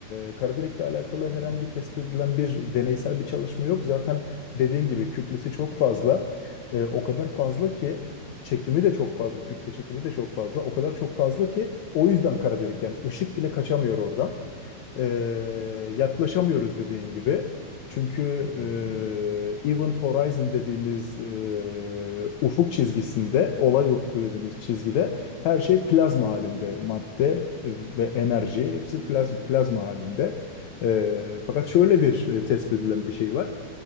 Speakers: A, on the left (about 65°); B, on the left (about 15°).
A: Ee, kara delikle alakalı
B: Hı
A: herhangi
B: hı.
A: tespit edilen bir deneysel bir çalışma yok. Zaten dediğin gibi kütlesi çok fazla. Ee, o kadar fazla ki çekimi de çok fazla, kütle çekimi de çok fazla. O kadar çok fazla ki o yüzden kara delik yani ışık bile kaçamıyor oradan e, yaklaşamıyoruz dediğin gibi. Çünkü
B: Hı hı.
A: e, Event Horizon dediğimiz e, ufuk çizgisinde, olay ufku dediğimiz çizgide her şey plazma halinde. Madde ve enerji hepsi plaz, plazma halinde. E, fakat şöyle bir e, tespit edilen bir şey var.